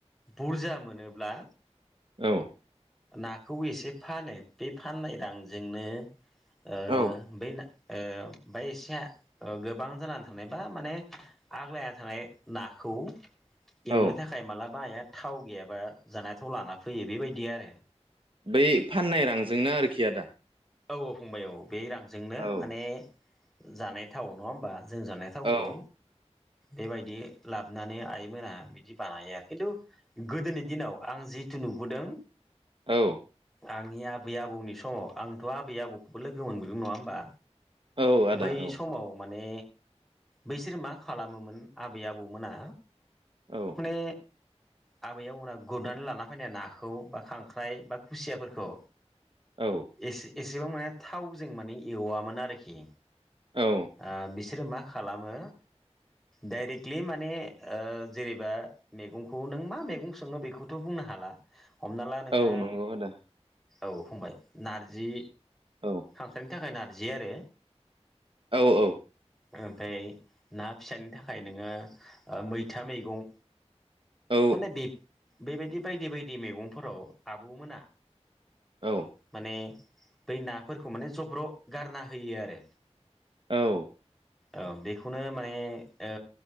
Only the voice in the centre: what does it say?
बुरजा मोनोब्ला
नाखौ एसे फानो बे फाननाय रांजोंनो ओ
बे ना ओ ओमफाय एसे ओ गोबां जानान थानाय बा माने आग्लाना थानाय नाखौ एवनो
थाखाय मालाबा आइया थाव गैयाबा जानायथाव लाना फैयो बेबायदि आरो।
औ-औ फंबाय औ। बे रांजोंनो
माने जानाय थाव नङा होमबा। जों जानाय थावखौ
बेबायदि। लाबनानै आइमोना बिदि बानाया खिन्थु गोदोनि दिनाव आं जिथु नुबोदों।
आंनि आबै-आबौनि समाव आं थ' आबै-आबौखौबो लोगो मोनबोदों नङा होमबा?
बै
समाव माने। बैसोर मा खालामोमोन आबै-आबौमोना।
माने। आबैयाव उनाव गुरनानै लाना फैनाय नाखौ बा खांख्राइ बा खुसियाफोरखौ।
एसे एसेबां माने थावजों माने एवामोन आरोखि।
ओ बिसोरो मा खालामो डाइरेक्टलि माने ओ जेरैबा मेगंखौ नों मा मेगं सङो बेखौथ' नों बुंनो हाला। हमना ला नोङो।
औ फंबाय नारजि।
खांख्राय थाखाय नारजि आरो।
ओमफाय ना फिसानि थाखाय नोङो ओ मैथा मैगं।
माने बि बेबायदि बायदि बायदि मैगंफोराव आबौमोना।
माने। बै नाफोरखौ माने जब्र' गारना होयो आरो।
औ बेखौनो माने ओ